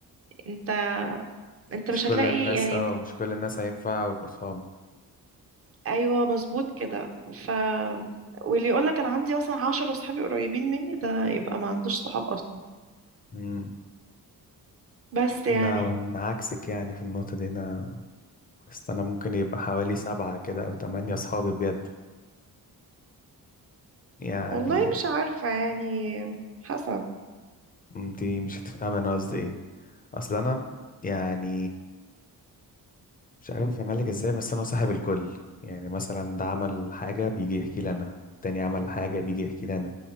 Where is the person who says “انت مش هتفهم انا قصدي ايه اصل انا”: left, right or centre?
Left